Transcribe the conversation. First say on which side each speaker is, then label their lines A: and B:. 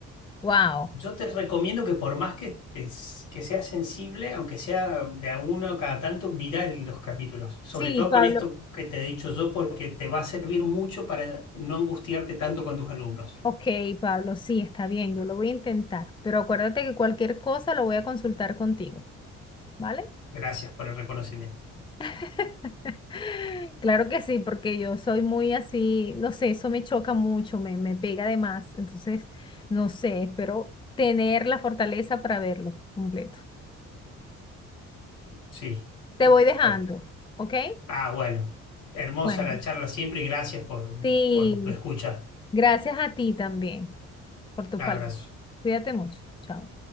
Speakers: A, on the left (about 15°); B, on the left (about 80°).
A: wow.
B: Yo te recomiendo que por más que, te- que seas sensible, aunque sea de a uno cada tanto, mira el- los capítulos. Sobre
A: Sí,
B: todo
A: Pablo.
B: con esto que te he dicho yo, porque te va a servir mucho para no angustiarte tanto con tus alumnos.
A: Ok, Pablo, sí, está bien, yo lo voy a intentar. Pero acuérdate que cualquier cosa lo voy a consultar contigo, ¿vale?
B: Gracias por el reconocimiento.
A: <laughs> Claro que sí, porque yo soy muy así, no sé, eso me choca mucho, me, me pega de más. Entonces, no sé, espero tener la fortaleza para verlo completo.
B: Sí,
A: Te voy dejando,
B: cuesta.
A: ¿ok?
B: Ah, bueno. Hermosa
A: Bueno,
B: la charla siempre y gracias por,
A: Sí,
B: por tu escucha.
A: gracias a ti también por tus
B: Abrazo.
A: palabras. Cuídate mucho. Chao.